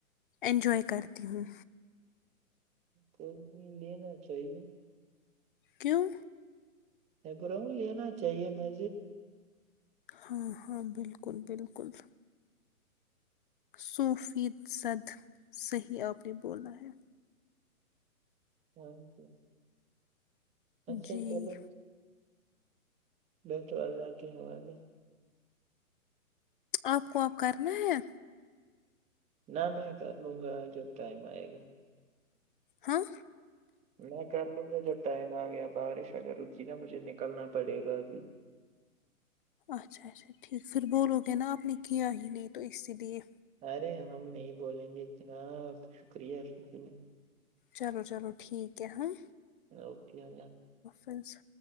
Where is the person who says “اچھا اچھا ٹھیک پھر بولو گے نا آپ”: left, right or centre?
Left